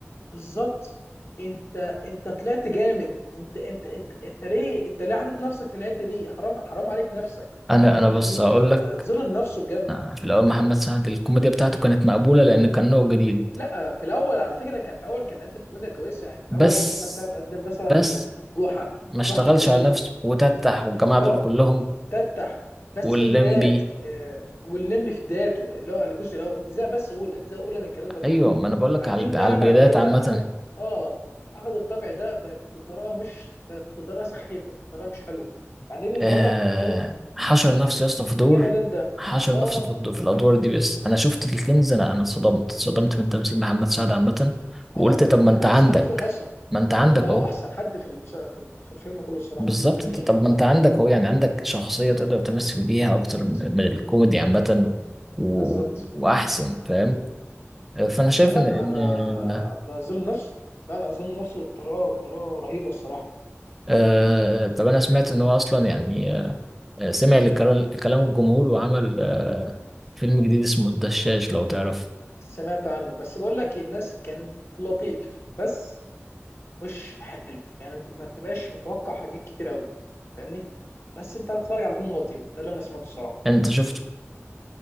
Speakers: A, on the left; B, in the centre.
A: بالظبط أنت أنت طلعت جامد أنت أنت أنت أنت ليه أنت ليه حاطط نفسك في الحتة دي حرام حرام عليك نفسك
B: انا انا بص
A: فاهمني
B: هقول لك
A: آه، ظلم نفسه بجد
B: آه، في الأول محمد سعد الكوميديا بتاعته كانت مقبولة لأن كان نوع جديد
A: لا آه، في الأول على فكرة كان الأول كان قدم كوميديا كويسة يعني الأول
B: بس
A: محمد سعد قدم مثلا
B: بس
A: آه، جوحة
B: ما اشتغلش
A: جوحة كان لطيف
B: على نفسه وتتح والجماعة
A: اه
B: دول كلهم
A: تفتح بس
B: واللمبي
A: في البدايات آه، والليمبي في بدايته اللي هو الجزء الاول اجزاء بس اولى اجزاء اولى من الكلام ده كله
B: أيوة ما أنا بقولك
A: بعدين
B: على على
A: بقى
B: البدايات
A: بعد كده
B: عامة
A: اخد اه اخد الطبع ده ب- بطريقه مش ب- بطريقه سخيفه بطريقه مش حلوه بعدين يظهر
B: آه
A: لك في الكنز
B: حشر نفسه
A: ايه
B: يا اسطى في
A: إيه
B: دور
A: الجمدان ده
B: حشر
A: اه
B: نفسه في الدور في الأدوار دي بس أنا شفت الكنز أنا أنا اتصدمت اتصدمت من تمثيل محمد سعد عامة وقلت
A: اه
B: طب
A: كان
B: ما أنت
A: احسن
B: عندك
A: واحد فيهم اصلا
B: ما أنت عندك
A: اه
B: أهو
A: احسن حد في المسا... في ال- في الفيلم كله الصراحه
B: بالظبط
A: الجزئين
B: انت- طب
A: عامه
B: ما انت عندك اهو يعني عندك شخصية تقدر تمثل بيها اكتر
A: بالظبط
B: من من الكوميدي عامة و...
A: بالظبط
B: واحسن فاهم فانا شايف
A: لا
B: ان ان
A: انا ده اظلم نفسه لا لا اظلم نفسه بطريقه بطريقه رهيبه الصراحه
B: آه... طب انا سمعت ان هو اصلا يعني آه... سمع لكلام كلام الجمهور وعمل آه... فيلم جديد اسمه الدشاش لو تعرف
A: سمعت عنه بس بقول لك إيه، الناس كانت لطيف بس مش حلو يعني ما ما تبقاش متوقع حاجات كتير قوي فاهمني بس انت بتتفرج على فيلم لطيف ده اللي انا سمعته الصراحه
B: انت شفته